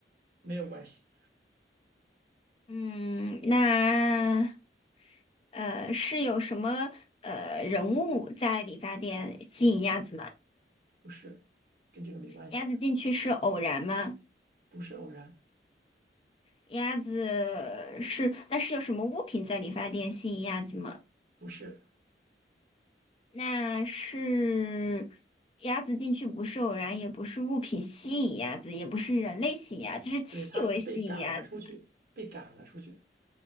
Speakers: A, on the right (about 50°); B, on the left (about 30°).
A: 没有关系，
B: 嗯，那呃是有什么呃人物在理发店吸引鸭子吗？
A: 不是，跟这个没关系，
B: 鸭子进去是偶然吗？
A: 不是偶然，
B: 鸭子是，那是有什么物品在理发店吸引鸭子吗？
A: 不是，
B: 那是鸭子进去不是偶然，也不是物品吸引鸭子，也不是人类吸引鸭子，是气味吸引鸭子。
A: 对，他是被赶了出去，被赶了出去。